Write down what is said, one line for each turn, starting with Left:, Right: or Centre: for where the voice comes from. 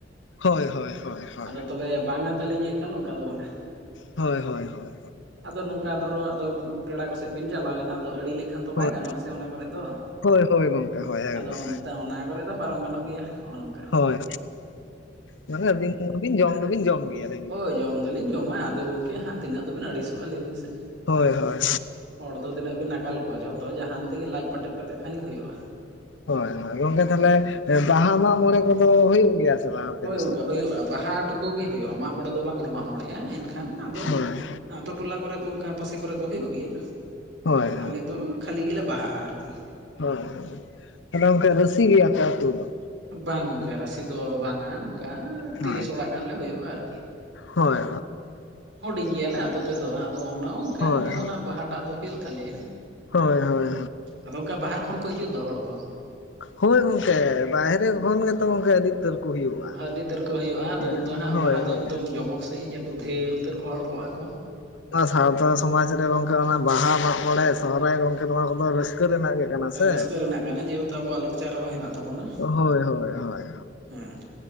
Left: ᱦᱳᱭ ᱦᱳᱭ᱾ ᱦᱳᱭ ᱦᱳᱭ
Right: ᱟᱫᱚ ᱛᱚᱵᱮ ᱵᱟᱝᱟ ᱛᱟᱹᱞᱤᱧ ᱟ ᱮᱠᱟᱞ ᱚᱱᱠᱟ ᱫᱚ ᱵᱟᱝᱟᱺ
Left: ᱦᱚᱭ ᱦᱚᱭ ᱦᱚᱭ᱾
Right: ᱟᱫᱚ ᱱᱚᱝᱠᱟ ᱫᱷᱚᱨᱚ ᱟᱫᱚ ᱯᱮᱲᱟ ᱠᱚ ᱥᱮᱫ ᱵᱤᱱ ᱪᱟᱞᱟᱣᱮᱱᱟ ᱟᱫᱚ ᱟᱹᱲᱤ ᱞᱮ ᱮᱱᱠᱷᱟᱱ ᱛᱚ ᱵᱟᱭ
Left: ᱦᱳᱭ
Right: ᱜᱟᱱᱚᱜᱼᱟ ᱥᱮ ᱚᱱᱟ ᱠᱚᱨᱮᱫ ᱫᱚ᱾
Left: ᱦᱳᱭ ᱦᱳᱭ ᱜᱚᱝᱠᱮ ᱦᱳᱭ ᱮᱠᱫᱚᱢ
Right: ᱟᱫᱚ ᱚᱱᱛᱮ ᱚᱱᱟ ᱠᱚᱨᱮᱫ ᱫᱚ ᱯᱟᱨᱚᱢ ᱜᱟᱱᱚᱜ ᱜᱮᱭᱟ᱾ ᱱᱚᱜᱼᱚ ᱱᱚᱝᱠᱟ
Left: ᱦᱚᱭ ᱢᱟᱱᱮ ᱟᱹᱵᱤᱱ ᱫᱚ ᱵᱤᱱ ᱡᱚᱢ ᱫᱚ ᱡᱚᱢ ᱜᱮᱭᱟ᱾ ᱰᱟᱹᱝᱨᱤ
Right: ᱦᱳᱭ
Left: ᱡᱤᱞ
Right: ᱡᱚᱢ ᱫᱚᱞᱤᱧ ᱡᱚᱢ-ᱟ ᱟᱫᱚ ᱜᱚᱢᱠᱮ ᱦᱟᱸᱜ ᱛᱤᱱᱟᱹᱜ ᱫᱚᱵᱤᱱ ᱟᱹᱲᱤᱥᱚᱜᱼᱟ ᱞᱟᱹᱭ ᱵᱤᱱ ᱥᱮ᱾
Left: ᱦᱳᱭ ᱦᱳᱭ ᱦᱳᱭ
Right: ᱦᱚᱲ ᱫᱚ ᱛᱤᱱᱟᱹᱜ ᱵᱤᱱ ᱟᱠᱟᱞ ᱠᱚᱣᱟ ᱡᱷᱚᱛᱚ ᱡᱟᱦᱟᱱ ᱛᱮᱜᱮ ᱞᱟᱡ ᱯᱴᱮᱫ ᱠᱟᱛᱮ ᱠᱷᱟᱱ ᱜᱮ ᱦᱩᱭᱩᱜᱼᱟ᱾
Left: ᱦᱳᱭ ᱦᱳᱭ ᱜᱚᱝᱠᱮ ᱛᱟᱦᱚᱞᱮ ᱵᱟᱦᱟ ᱢᱟᱜ ᱢᱚᱬᱮ ᱠᱚᱫᱚ ᱦᱩᱭᱩᱜ ᱜᱮᱭᱟ ᱥᱮ ᱵᱟᱝ ᱟᱯᱮ
Right: ᱦᱳᱭ
Left: ᱫᱤᱥᱚᱢ
Right: ᱜᱚᱝᱠᱮ ᱦᱩᱭᱩᱜᱼᱟ,
Left: ᱠᱚᱨᱮ?
Right: ᱵᱟᱦᱟ ᱴᱩᱠᱩ ᱜᱮ ᱦᱩᱭᱩᱜᱼᱟ ᱢᱟᱜ ᱢᱚᱬᱮ ᱫᱚ ᱵᱟᱝᱞᱮ ᱢᱟᱜ ᱢᱚᱬᱮᱜᱼᱟ ᱮᱱᱠᱷᱟᱱ ᱟᱫᱚ
Left: ᱦᱳᱭ
Right: ᱟᱛᱳ ᱴᱚᱞᱟ ᱠᱚᱨᱮ ᱫᱚ ᱚᱱᱠᱟ ᱯᱟᱥᱮ ᱠᱚᱨᱮ ᱫᱚ ᱦᱩᱭᱩᱜ ᱜᱮᱭᱟ,
Left: ᱦᱳᱭ ᱦᱳᱭ
Right: ᱟᱞᱮ ᱫᱚ ᱠᱷᱟᱹᱞᱤ ᱜᱮᱞᱮ ᱵᱟᱦᱟᱼᱟ ᱟᱨᱠᱤ᱾
Left: ᱦᱳᱭ ᱦᱳᱭ, ᱛᱟᱦᱚᱞᱮ ᱜᱚᱝᱠᱮ
Right: ᱦᱳᱭ᱾
Left: ᱨᱟᱥᱤ ᱜᱮᱭᱟ ᱟᱯᱮ ᱟᱹᱛᱳ ᱫᱚ?
Right: ᱵᱟᱝ ᱜᱚᱝᱠᱮ ᱨᱟᱥᱤ ᱫᱚ ᱵᱟᱝᱟ᱾ ᱚᱱᱠᱟᱻ ᱛᱤᱨᱤᱥ
Left: ᱦᱳᱭ
Right: ᱚᱲᱟᱜ ᱜᱟᱱ ᱞᱮ ᱦᱩᱭᱩᱜᱼᱟ ᱟᱨᱠᱤ᱾
Left: ᱦᱳᱭ
Right: ᱦᱩᱰᱤᱧ ᱜᱮᱭᱟᱞᱮ ᱟᱹᱛᱩ ᱛᱮᱫᱚ ᱫᱚ ᱟᱫᱚ ᱚᱱᱟᱻ ᱚᱱᱠᱟᱻ
Left: ᱦᱳᱭ
Right: ᱫᱚ ᱦᱟᱸᱜ ᱵᱟᱦᱟᱴᱟᱜ ᱫᱚ ᱦᱩᱭᱩᱜ ᱛᱟᱞᱮᱭᱟ᱾
Left: ᱦᱳᱭ ᱦᱳᱭ
Right: ᱟᱫᱚ ᱚᱱᱠᱟ ᱵᱟᱦᱟᱨ ᱠᱷᱚᱱ ᱠᱚ ᱦᱤᱡᱩᱜ ᱫᱚ ᱦᱚᱲ ᱠᱚ᱾
Left: ᱦᱳᱭ ᱜᱚᱝᱠᱮᱻ ᱵᱟᱦᱨᱮ ᱠᱷᱚᱱ ᱜᱮᱛᱚ ᱜᱚᱝᱠᱮ ᱟᱹᱰᱤ ᱩᱛᱟᱹᱨ ᱠᱚ ᱦᱩᱭᱩᱜᱼᱟ᱾
Right: ᱦᱟᱹᱰᱤ ᱩᱛᱟᱹᱨ ᱠᱚ ᱦᱤᱡᱩᱜᱼᱟ, ᱟᱫᱚ
Left: ᱦᱳᱭ
Right: ᱩᱱᱫᱚ ᱦᱟᱸᱜ ᱵᱟᱦᱟ ᱫᱚ
Left: ᱦᱳᱭ
Right: ᱮᱠᱫᱚᱢ ᱡᱚᱢᱚᱠ ᱥᱟᱺᱦᱤᱡ ᱫᱷᱮᱨ ᱩᱛᱟᱹᱨ ᱠᱚ ᱦᱚᱲ ᱠᱚᱜᱼᱟ ᱠᱚ᱾
Left: ᱥᱟᱶᱛᱟ ᱥᱚᱢᱟᱡᱽ ᱨᱮ ᱜᱚᱝᱠᱮ ᱚᱱᱟ ᱵᱟᱦᱟ ᱢᱟᱜ ᱢᱚᱬᱮ ᱥᱚᱦᱨᱟᱭ ᱜᱚᱝᱠᱮ ᱱᱚᱣᱟ ᱠᱚᱫᱚ ᱨᱟᱹᱥᱠᱟᱹ ᱨᱮᱱᱟᱜ ᱜᱮ ᱠᱟᱱᱟ ᱥᱮ
Right: ᱨᱟᱹᱥᱠᱟᱹ ᱨᱮᱱᱟᱜ ᱠᱟᱱᱟ ᱡᱮᱦᱮᱛᱩ ᱟᱵᱚᱣᱟᱜ ᱞᱟᱠᱪᱟᱨ ᱨᱮᱦᱚᱸ ᱦᱮᱱᱟᱜ ᱛᱟᱵᱚᱱᱟ
Left: ᱦᱳᱭ ᱦᱳᱭ ᱦᱳᱭ
Right: ᱦᱮᱸ᱾